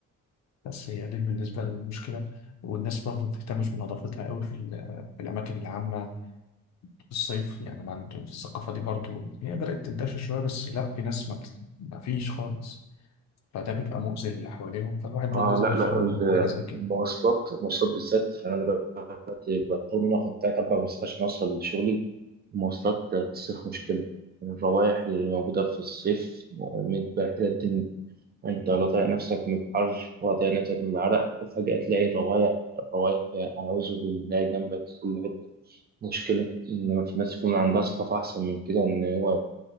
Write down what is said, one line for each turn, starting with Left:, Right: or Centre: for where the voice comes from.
Left: بس هي دي بالنسبة للمشكلة والناس برضه ما بتهتمش بنظافتها قوي في ال- في الأماكن العامة في الصيف يعني ما عندهم الثقافة دي برضه هي بدأت تنتشر شوية بس لا في ناس ما, بت... ما فيش خالص فده بيبقى مؤذي للي حواليهم فالواحد برضه
Right: اه
Left: لازم
Right: لا
Left: يخلي
Right: لا
Left: باله
Right: ال-
Left: من حاجة زي كده
Right: المواصلات المواصلات بالذات انا بقت- بضطر ان انا اخد تلات اربع مواصلات عشان اوصل لشغلي المواصلات في الصيف مشكله الروائح اللي موجوده في الصيف متبهدله الدنيا انت لا طايق نفسك من الحر ولا طايق نفسك من العرق وفجاه تلاقي الروايح الروايح اعوذ بالله جنبك في كل حته مشكله ان في ناس يكون عندها ثقافه احسن من كده ان هو